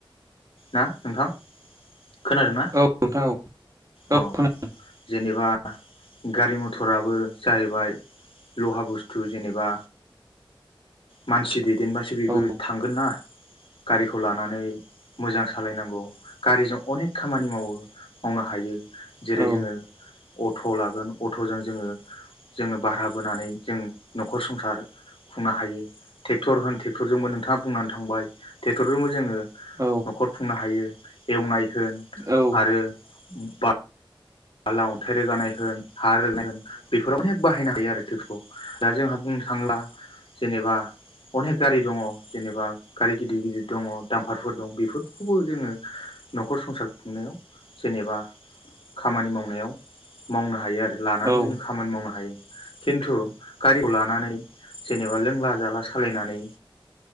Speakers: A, on the left; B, on the right.
A: ना नोंथां? खोनादों ना
B: औ नोंथां औ औ
A: अ।
B: खोनादों
A: जेनेबा गारि मथराबो जाहैबाय लहा बुस्थु जेनेबा मानसि ‌ <unintelligible>
B: औ
A: थांगोन ना गारिखौ लानानै मोजां सालायनांगौ गारिजों अनेक खामानि मावो मावनो हायो जेरै
B: औ
A: जोङो अट' लागोन अट'जों जोङो जोङो भारा बोनानै जों न'खर संसार खुंनो हायो ट्रेक्टर होन ट्रेक टरजोंबो नोंथाङा बुंनानै थांबाय ट्रेक्टरजोंबो जोङो
B: औ
A: न'खर खुंनो हायो एवनाय होन
B: औ
A: आरो बा बाला अन्थाइ रोगानाय होन हा रोगानाय बेफोराव अनेक बाहायना हायो आरो <inaudible> दा जोंहा बुंनो थांब्ला जेनेबा अनेख गारि दङ जेनेबा गारि गिदिर गिदिर दङ दामफारफोर दं बेफोरखौबो जोङो न'खर संसार खुंनायाव जेनेबा खामानि मावनायाव मावनो हायो आरो लानानै
B: औ
A: जों खामानि मावनो हायो खिन्थु गारिखौ लानानै जेनेबा लोंला जाला सालायनानै